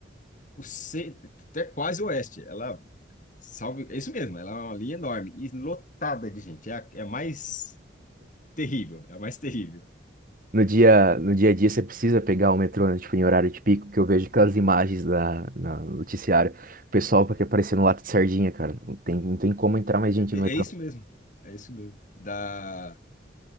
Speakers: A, on the left (about 45°); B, on the right (about 50°).
A: o ce- até quase o oeste. Ela, salve, é isso mesmo, ela é uma linha enorme e lotada de gente. É a, é a mais terrível, é a mais terrível.
B: No dia, no dia a dia você precisa pegar o metrô, né, tipo, em horário de pico, que eu vejo aquelas imagens da, na, no noticiário. O pessoal porque aparecendo lato de sardinha, cara. Não tem, não tem como entrar mais gente
A: É
B: no metrô.
A: isso mesmo. É isso mesmo. Da...